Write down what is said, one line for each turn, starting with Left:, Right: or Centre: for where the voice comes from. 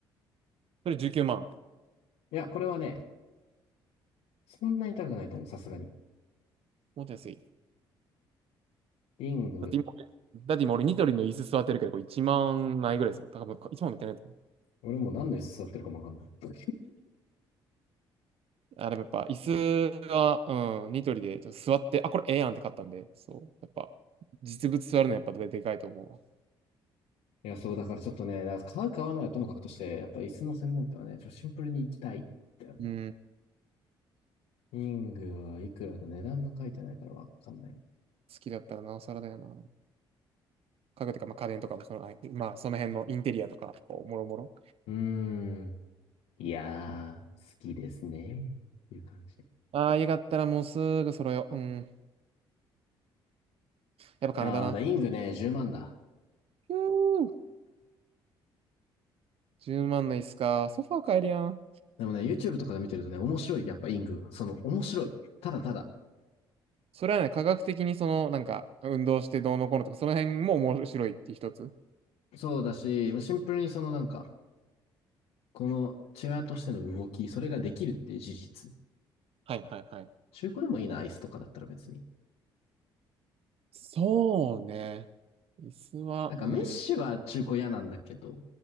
Right: それ19万。
Left: いや、これはね、そんなに痛くないと思う、さすがに。
Right: もっと安い。
Left: リング、
Right: だって今、だって今俺ニトリの椅子座ってるけど、これ1万ないぐらいですよ。多分1万もいってないと思う。
Left: 俺もう何の椅子座ってるかもわかんない。
Right: あ、でもやっぱ椅子は、うん、ニトリでちょっと座って、あ、これええやんって買ったんで、そう。やっぱ、実物座るのやっぱでかいと思
Left: いや、そう、だからちょっとね、だから買う買わないはともかくとして、やっぱ椅子の専門店はね、ちょっとシンプルに行きたいんだよね。
Right: うわ。うん。
Left: リングはいくらだ、値段が書いてないからわかんない。
Right: 好きだったらなおさらだよな。家具とか、まあ、家電とかもその、あまあ、その辺のインテリアとか、こうもろもろ。
Left: うーん。いやー、好きですね。っていう感じで。
Right: ああ、家買ったらもうすぐ揃えよう。うん。やっぱ金だな。
Left: ああ、だ、イングね、10万だ。
Right: ひゅー10万の椅子か。ソファー買えるやん。
Left: でもね、YouTube とかで見てるとね、面白い。やっぱイングは。その、面白い。ただただ。
Right: それはね、科学的にその、なんか、運動してどうのこうのとか、その辺も面白いって一つ。
Left: そうだし、まあシンプルにそのなんか、このチェアとしての動き、それができるっていう事実。
Right: はいはいはい。
Left: 中古でもいいな、アイスとかだったら別に。
Right: そうね。椅子は、
Left: なんかメッシは中古嫌なんだけど、
Right: うん、